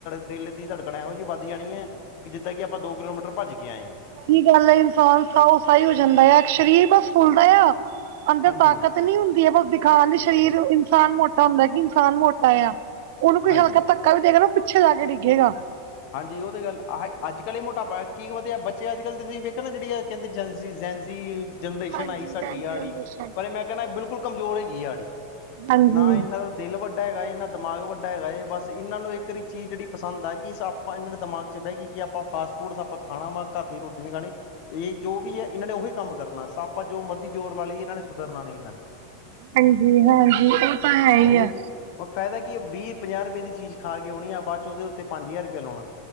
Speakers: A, on the left; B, on the right.
A: ਦਿਲ ਦੀ ਧੜਕਣ ਇਹੋ ਜਿਹੀ ਵੱਧ ਜਾਣੀ ਏ ਕਿ ਜਿੱਦਾਂ ਕਿ ਆਪਾਂ ਦੋ ਕਿਲੋਮੀਟਰ ਭੱਜ ਕੇ ਆਏ ਆਂ।
B: ਚੰਗੀ ਗੱਲ ਏ, ਇਨਸਾਨ ਸਾਔ ਸਾਈ ਹੋ ਜਾਂਦਾ ਆ ਸਰੀਰ ਬਸ ਫੁੱਲਦਾ ਆ। ਅੰਦਰ
A: ਹਾਂਜੀ
B: ਤਾਕਤ ਨੀ ਹੁੰਦੀ ਏ, ਬਸ ਦਿਖਾਣ ਲਈ ਸਰੀਰ ਇਨਸਾਨ ਮੋਟਾ ਹੁੰਦਾ ਕਿ ਇਨਸਾਨ ਮੋਟਾ ਆ। ਉਹਨੂੰ ਕੋਈ
A: ਹਾਂਜੀ
B: ਹਲਕਾ ਧੱਕਾ ਵੀ ਦੇਗਾ ਨਾ ਉਹ ਪਿੱਛੇ ਜਾ ਕੇ ਡਿੱਗੇਗਾ।
A: ਹਾਂਜੀ, ਉਹ ਤਾਂ ਗੱਲ ਆਹ ਅਜ ਕੱਲ੍ਹ ਇਹ ਮੋਟਾਪਾ ਕੀ ਵਧੀਆ ਬੱਚੇ ਅੱਜ ਕੱਲ ਦੇ ਤੁਸੀਂ ਵੇਖਿਆ ਨਾ ਜਿਹੜੀ ਆ ਕਹਿੰਦੇ ਜੈਨਜੀ ਜੈਨਜੀ ਜਨਰੇਸ਼ਨ
B: ਹਾਂਜੀ
A: ਆਈ ਸਾਡੀ
B: ਹਾਂਜੀ
A: ਆੜੀ
B: ਹਮੇਸ਼ਾ ਹੀ।
A: ਪਰ ਇਹ ਮੈਂ ਕਹਿੰਦਾ ਬਿਲਕੁਲ ਕਮਜ਼ੋਰ ਹੈਗੀ ਸਾਡੀ
B: ਹਾਂਜੀ
A: ਨਾ ਇਹਨਾਂ ਦਾ ਦਿਲ ਵੱਡਾ ਹੈਗਾ ਇਹਨਾਂ ਦਿਮਾਗ ਵੱਡਾ ਹੈਗਾ ਏ ਬਸ ਇਹਨਾਂ ਨੂੰ ਇੱਕ ਵਾਰੀ ਚੀਜ਼ ਜਿਹੜੀ ਪਸੰਦ ਆਗੀ ਸ ਆਪਾਂ ਇਹਨਾਂ ਦੇ ਦਿਮਾਗ ਚ ਬਹਿ ਗਈ ਕਿ ਆਪਾਂ ਫਾਸਟ ਫੂਡ ਆਪਾਂ ਖਾਣਾ ਵਾ ਘਰ ਦੀ ਰੋਟੀ ਨੀ ਖਾਣੀ ਇਹ ਜੋ ਵੀ ਏ ਇਹਨਾਂ ਨੇ ਉਹੀ ਕੰਮ ਕਰਨਾ ਆਪਾਂ ਜੋ ਮਰਜ਼ੀ ਜ਼ੋਰ ਲਾ ਲਈਏ ਇਹਨਾਂ ਨੇ ਸੁਧਰਨਾ ਨੀ ਇਹਨਾਂ ਨੇ।
B: ਹਾਂਜੀ ਹਾਂਜੀ ਇਹ ਤਾਂ ਹੈਈ ਆ।
A: ਇਹੀ ਔਰ ਫਾਇਦਾ ਕੀ ਵੀਹ ਪੰਜਾਹ ਰੁਪਏ ਦੀ ਚੀਜ਼ ਖਾ ਕੇ ਆ ਬਾਅਦ ਚ ਉਹਦੇ ਉੱਤੇ ਪੰਜ ਹਜ਼ਾਰ ਰੁਪਆ ਲਾਉਣਾ।